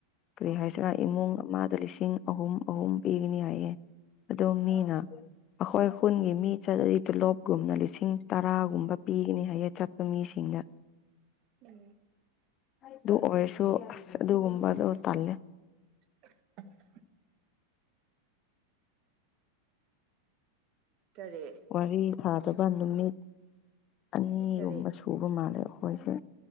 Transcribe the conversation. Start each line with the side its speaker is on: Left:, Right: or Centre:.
Left: ꯀꯔꯤ ꯍꯥꯏꯁꯤꯔꯥ ꯏꯃꯨꯡ ꯑꯃꯗ ꯂꯤꯁꯤꯡ ꯑꯍꯨꯝ ꯑꯍꯨꯝ ꯄꯤꯒꯅꯤ ꯍꯥꯏꯌꯦ ꯑꯗꯣ ꯃꯤꯅ ꯑꯩꯈꯣꯏ ꯈꯨꯟꯒꯤ ꯃꯤ ꯆꯠꯂꯗꯤ ꯇꯣꯂꯣꯞꯒꯨꯝꯅ ꯂꯤꯁꯤꯡ ꯇꯔꯥꯒꯨꯝꯕ ꯄꯤꯒꯅꯤ ꯍꯥꯏꯌꯦ ꯆꯠꯄ ꯃꯤꯁꯤꯡꯅ
Right: ꯎꯝ
Left: ꯑꯗꯨ ꯑꯣꯏꯔꯁꯨ ꯑꯁ ꯑꯗꯨꯒꯨꯝꯕꯗꯣ ꯇꯜꯂꯦ
Right: <unintelligible> ꯀꯔꯤ
Left: ꯋꯥꯔꯤ ꯁꯥꯗꯕ ꯅꯨꯃꯤꯠ ꯑꯅꯤꯒꯨꯝꯕ
Right: ꯀꯔꯤ
Left: ꯁꯨꯕ ꯃꯥꯜꯂꯦ ꯑꯩꯈꯣꯏꯁꯦ